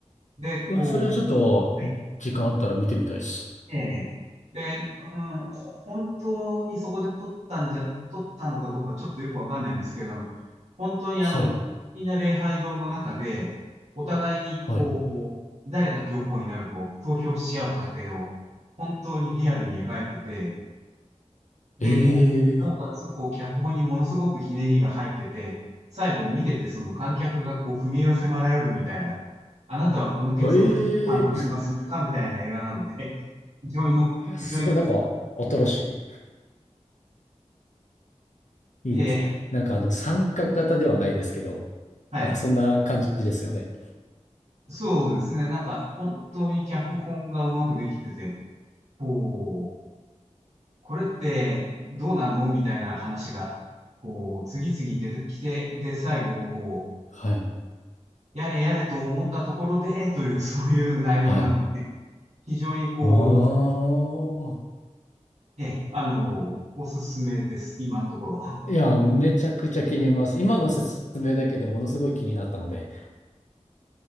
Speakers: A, on the right (about 65°); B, on the left (about 80°).
A: で、こう、
B: うわ、それはちょっと、
A: はい、
B: 時間あったら見てみたいです。
A: ええで、うん、ほ本当にそこで撮ったんじゃ、撮ったのかどうかちょっとよくわかんないんですけど、本当にあの、
B: はい。
A: みんな礼拝堂の中で、お互いにこう、
B: はい。
A: 誰が教皇になるかを投票し合う過程を、本当にリアルに描いてて、で、
B: ええー
A: こう、なおかつ、こう、脚本にものすごくひねりが入ってて、最後見てて、その観客がこう、踏み絵を迫られるみたいな、あなたはこの結末を判断しますかみたいな映画なので、
B: ええー
A: <laughs> 非常に、
B: あすごい、
A: 非常に、
B: なんか、新しい。
A: えー
B: いいですね。なんかあの、参加型ではないですけど、
A: はい。
B: なんかそんな感じですよね。
A: そうですね。なんか、本当に脚本がうまくできてて、こう、これってどうなのみたいな話が、こう、次々出てきて、で、最後、こ
B: はい。
A: う、やれやれと思ったところで、という、そういう内容なので、
B: はい。
A: 非常にこ
B: ああ。
A: う、えあの、おすすめです、今のところ。
B: いや、めちゃくちゃ気に入ります。今の説明だけでものすごい気になったので、